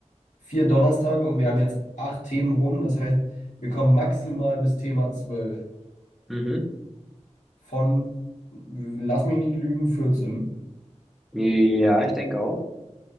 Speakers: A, on the left (about 85°); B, in the centre.
A: vier Donnerstage und wir haben jetzt acht Themen rum. Das heißt, wir kommen maximal bis Thema 12.
B: Mhm.
A: Von, lass mich nicht lügen, 14.
B: Ja, ich denke auch.